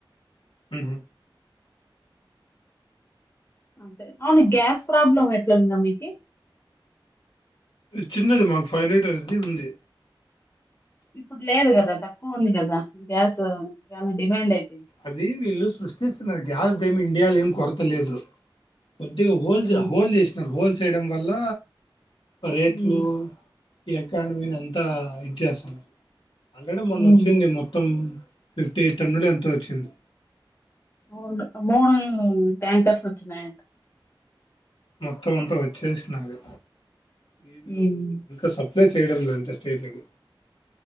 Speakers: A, on the left; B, on the left.
A: హు హు
B: అంతే అవును గ్యాస్ ప్రాబ్లం ఎట్లందా మీకి
A: చిన్నది మాకు ఫైవ్ లీటర్సది ఉంది
B: ఇప్పుడు లేదు కదా త క్కువ ఉంది కదా గ్యాస్ చానా డిమాండ్ అయి
A: అది వీళ్ళు సృష్టిస్తునగ్ గ్యాస్ద్ ఏమి ఇండియాలో ఏమి కొరత లేదు కొద్దిగా హోల్
B: ఉమ్
A: జ హోల్ చేసినార్ హోల్ చేయడం వల్ల రేట్లు
B: ఉమ్
A: అకాడమీనీ అంతా ఇచ్చసన్నారు ఆల్రెడీ మొన్న
B: ఉమ్
A: వచ్చింది మొత్తం ఫిఫ్టీ ఎయిట్ తనులు ఎంతో చ్చింది
B: మడ్ మూడు ట్యాంకర్స్ వచ్చినినయంట
A: మొత్తం అంతా వచ్చేసినది ఇల్లు
B: ఉమ్
A: ఇంకా సప్ ప్లై చేయడం లే అంత స్టేట్లకి